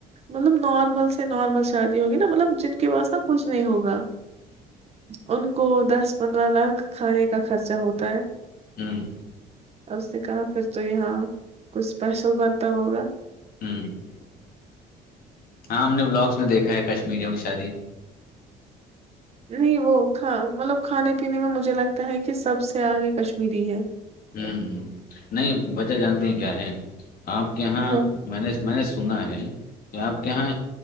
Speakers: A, on the right; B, on the left.
A: مطلب نارمل سے نارمل شادی ہوگی نا مطلب جن کے پاس نا کچھ نہیں ہوگا ان کو دس پندرہ لاکھ کھانے کا خرچہ ہوتا ہے
B: ہوں
A: اس نے کہا پھر تو یہاں کچھ اسپیشل بنتا ہوگا
B: <inaudible> ہاں ہم نے بلاگس میں دیکھا ہے کشمیریوں کی شادی
A: نہیں وہ ک مطلب کھانے پینے میں مجھے لگتا ہے کہ سب سے آگے کشمیری ہے
B: ہوں نہیں وجہ جانتے ہیں کیا ہے آپ کے یہاں
A: ہاں
B: میں نے میں نے سنا ہے کہ آپ کے یہاں